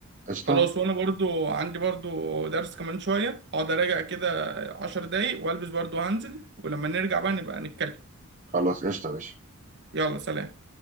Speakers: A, on the right; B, on the right.
A: قشطه
B: خلاص وانا برضو عندي برضو درس كمان شوية اقعد اراجع كده عشر دقايق والبس برضو هنزل ولما نرجع بقى نبقى نتكلم
A: خلاص قشطه يا باشا
B: يلا سلام